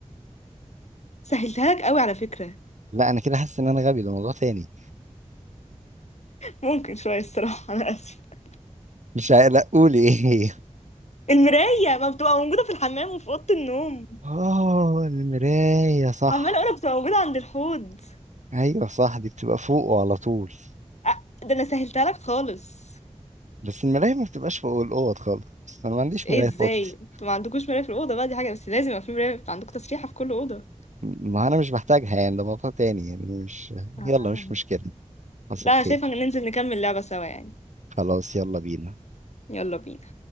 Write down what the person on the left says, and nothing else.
سهلتها لك قوي على فكره
ممكن شويه الصراحه <laughs> انا اسفه
المرايه ما بتبقى موجوده في الحمام وفي اوضه النوم
عماله اقولك بتبقى موجوده عند الحوض
أ- ده انا سهلتها لك خالص
ايه
ازاي
انتوا ما عندكوش مراية في الأوضة بقى دي حاجة بس لازم يبقى في مراية عندكم تسريحة في كل أوضة
آه.
لا
انا شايفة ان ننزل نكمل لعبة سوا يعني
يلا بينا